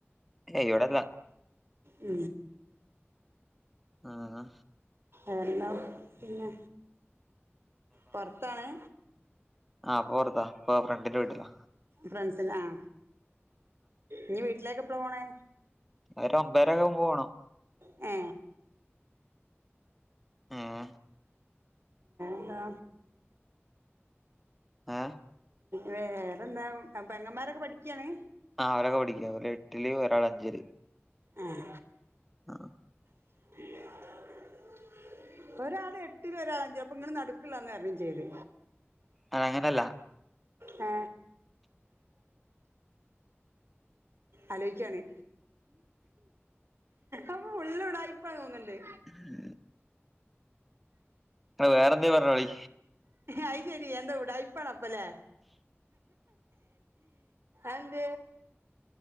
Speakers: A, in the centre; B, on the right.
A: ഏ ഇവിടെല്ലാ
B: ഉ
A: ആഹ്
B: എന്താ പിന്നെ പൊറത്താണ്
A: ആഹ് പൊറത്താ ഇപ്പൊ ഫ്രണ്ടിന്റെ വീട്ടിലാ
B: ഫ്രണ്ട്സിന ആ നീ വീട്ടിലേക്ക് എപ്പള പോണേ
A: അര ഒമ്പരൊക്കെ മുമ്പ് പോണം
B: ഏ
A: ആഹ
B: എന്താ
A: ഏ
B: വേറെ എന്താ പെങ്ങന്മാരൊക്കെ പഠിക്കുകയാണ്
A: ആ അവരൊക്കെ പഠിക്ക അവര് എട്ടില് ഒരാൾ അഞ്ചല്
B: ആഹ
A: ആഹ
B: <unintelligible> ഒരാൾ എട്ടില ഒരാൾ അഞ്ച അപ്പൊ ഇങ്ങനെ നടടുക്കില്ലന്ന് കണംയും ചെയ്ത്
A: ആ അങ്ങനെയല്ല
B: ആ ആലോചിക്കാണ് അപ്പൊ ഉള്ളടെ അയിപ്പ തോന്നുന്നുണ്ടേ
A: ഉം ആ വേറെന്ത പറഞ്ഞോളി
B: അയി ശരി എന്ത ഉടായിപ്പ് ഇപ്പണ അപ്പല്ലേ അന്ത